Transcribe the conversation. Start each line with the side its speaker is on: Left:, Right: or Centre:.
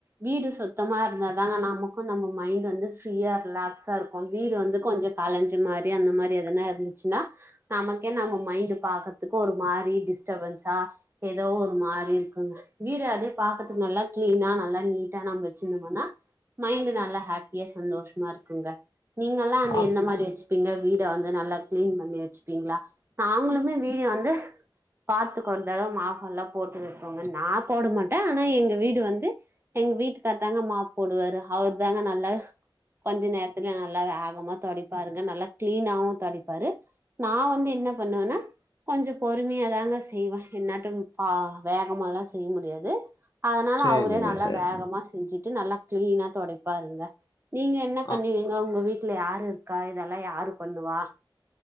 Right: வீடு சுத்தமா இருந்தாங்க நமக்கு நம்ம மைண்ட் வந்து ஃபிரியா ரிலாக்ஸ்சா இருக்கு வீடு வந்து கொஞ்சோ கலைஞ்ச மாரி அந்த மாரி எதனா இருந்துச்சுன்னா நமக்கே நம்ம மைண்ட் பாகதுக்கு ஒரு மாரி டிஸ்டபன்ஸா ஏதோ ஒரு மாரி இருக்குங்க வீடு அதே பாகதுக்கு நல்லா கிளனா நல்லா நீட்டா நம்ம வச்சிருந்தோமனா மைண்ட நல்ல ஹாப்பியா சந்தோஷமா இருக்குங்க நீங்கல்லா தி
Left: ஆ
Right: எந்த மாரி வச்சுப்பீங்க வீட வந்து நல்லா கிளீன் பண்ணி வச்சுப்பீங்களா நாங்களுமே வீடு வந்து பாத்தக்கு ஒரு தடவோ மாப்பெல்லா போட்டு இருக்கோங்க நா போட மாட்டே ஆனா எங்க வீடு வந்து எங்க வீட்டுக்கார தாங்க மாப் போடுவாரு அவர் தாங்க நல்லா கொஞ்ச நேரத்துல நல்லாவே ஆகமோ க்கரங்க நல்லா கிளீனவு தடிப்பரு நா வந்து என்ன பண்ணுவேன்னா கொஞ்சோ பொறுமையா தாங்க செய்வே என்னாடோ ஆ வேகமால்லா செய்ய முடியாது அதனால
Left: சேரிங்க
Right: அவுரே நல்லா
Left: சேரிங்க
Right: வேகமா செஞ்சுட்டு நல்லா கிளீனா தொடை பாருங்க நீங்க என்ன பண்ணுவீங்கோ
Left: ஆ
Right: உங்க வீட் ட்ல யாரு இருக் க்கா இதெல்லா யாரு பண்ணுவா